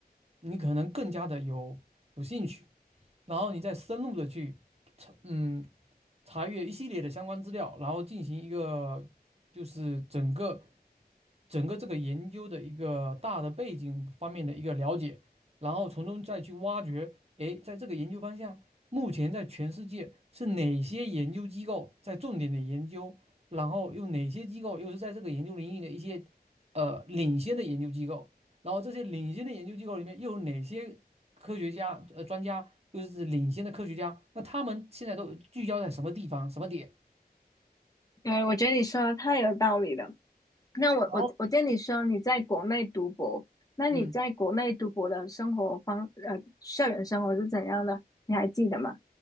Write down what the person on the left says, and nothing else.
对，我觉得你说的太有道理了。那我我我见你说你在国内读博，
那你在国内读博的生活方呃校园生活是怎样的？
你还记得吗？